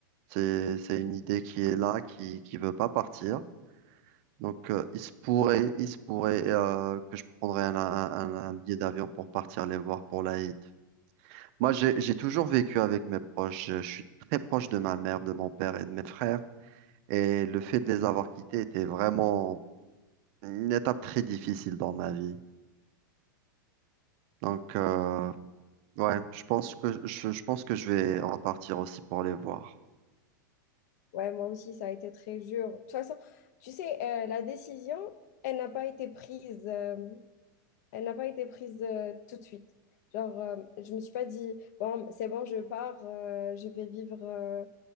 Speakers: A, on the right (about 40°); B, on the left (about 50°).
A: c'est, c'est une idée qui est là, qui, qui veut pas partir. Donc euh, il se pourrait, il se pourrait euh, que je prendrais un, un, un- un billet d'avion pour partir les voir pour l'Aïd. Moi, j'ai, j'ai toujours vécu avec mes proches. Je je suis très proche de ma mère, de mon père et de mes frères. Et le fait de les avoir quittés était vraiment une étape très difficile dans ma vie. Donc, euh, ouais, je pense que je, je pense que je vais repartir aussi pour les voir.
B: ouais, moi aussi, ça a été très dur. De toute façon, tu sais, euh, la décision, elle n'a pas été prise. euh, elle n'a pas été prise euh, tout de suite. Genre, euh, je me suis pas dit, bon, c'est bon, je pars, euh, je vais vivre euh,